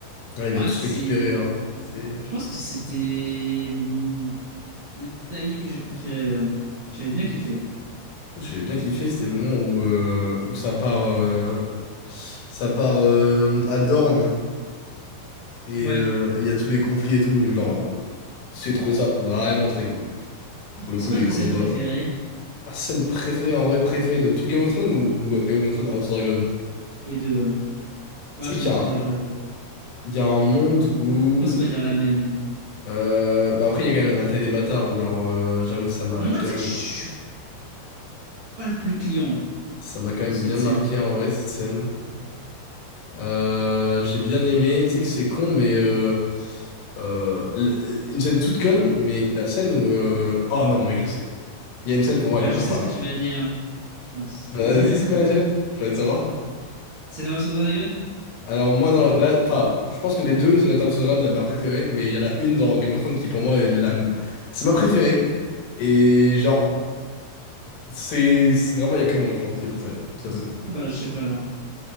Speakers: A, on the left; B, on the right.
A: Ouais,
B: Ouais,
A: ils viennent tous
B: c'est.
A: récupérer. hein. C'est.
B: Je pense que c'était hum, le timing que j'ai préféré, ouais. J'avais bien kiffé.
A: J'ai bien kiffé, c'était le moment où, euh, où ça part, euh, ça part euh, à Dorne et
B: Ouais.
A: euh, il y a tous les conflits et tout. Genre, euh, j'ai trouvé ça vraiment très cool. Pour le
B: C'est
A: coup,
B: quoi
A: les
B: ta
A: combats.
B: scène préférée?
A: Ma scène préférée, en vrai, préférée de tout Game of Thrones ou Game of Thrones House Dragon?
B: Les deux, ouais. Bah,
A: Tu sais
B: j'en
A: qu'il
B: ai
A: y
B: plusieurs,
A: a un,
B: j'avoue.
A: il y a un monde où.
B: Je pense qu'on va dire la même.
A: euh, bah après, il y a quand même la bataille des bâtards où, genre, euh, j'avoue que ça m'a
B: Moi,
A: quand
B: tu sais
A: même,
B: que je suis pas le plus client
A: ça m'a quand
B: de
A: même
B: cette
A: bien
B: scène.
A: marqué en vrai cette scène. Euh, j'ai bien aimé, tu sais que c'est con, mais euh, euh, l- une scène toute conne, mais la scène où... euh, Oh non, mec, je sais. Il y a une scène pour moi,
B: Bah,
A: elle est
B: je
A: incroyable.
B: sais ce que tu vas dire, je pense.
A: Bah,
B: Vas-y.
A: Vas-y, c'est quoi la scène? J'ai envie de savoir.
B: C'est dans House of the Dragon?
A: Alors moi, non, là, enfin, je pense que les deux, ça doit être House of the la ma préférée, mais il y en a une dans Game of Thrones qui pour moi est la... C'est ma préférée, et genre, c'est c'est vraiment, il y a que moi, je pense, qui est préférée. Cette scène.
B: Ah bah, je sais pas, alors.